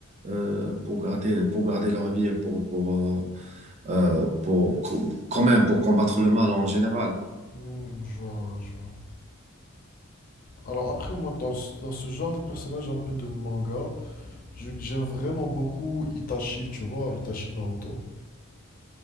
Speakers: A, on the right (about 30°); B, on the left (about 40°).
A: euh, pour garder, pour garder leur vie, et pour, pour, euh, euh, pour, quand même pour combattre le mal en général.
B: Hmm, je vois, ouais, je vois. Alors après, moi, dans ce, dans ce genre de personnage un peu de manga, je- j'aime vraiment beaucoup Itachi, tu vois, Itachi de Naruto.